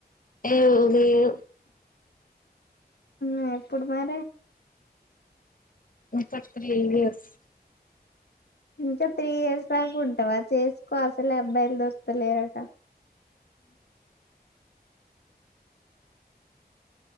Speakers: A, on the left; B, on the left.
A: ఏ లేవు
B: ఆ ఇప్పుడు మరి
A: థర్టీ త్రీ ఇయర్స్
B: ఇంకా త్రీ ఇయర్స్ దాక ఉంటవా చేసుకో అసలే అబ్బాయిలు దొర్క్త లేరట